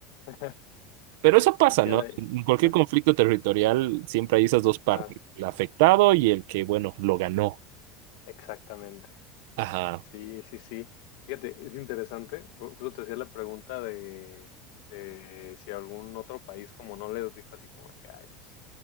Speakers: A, on the left; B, on the right.
A: <laughs>
B: Pero eso
A: Sí,
B: pasa,
A: queda
B: ¿no?
A: ahí.
B: En cualquier
A: Ajá,
B: conflicto territorial siempre hay esas dos partes,
A: claro,
B: el afectado y el que, bueno, lo ganó.
A: exactamente.
B: Ajá.
A: Sí, sí, sí. Fíjate, es interesante. por- Justo te hacía la pregunta de, de si algún otro país como no les dijo así como que, ay, pues,